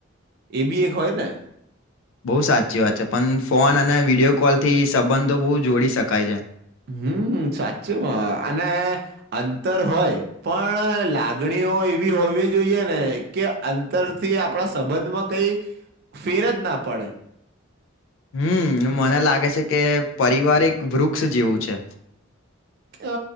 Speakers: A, on the right; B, on the left.
A: એ બી એક હોય ને.
B: બઉ સાચી વાત છે પણ ફોન અને વિડીયો કોલ થી સંબંધો બહુ જોડી શકાય છે.
A: હમ્મ, સાચીમાં અને અંતર- હોય પણ લાગણીઓ એવી હોવી જોઈએ ને કે અંતરથી આપણા સ- સંબંધમાં કઈ ફેર જ ના પડે.
B: હમ્મ ને મને લાગે છે કે પરિવાર એક વૃક્ષ જેવું છે.
A: અ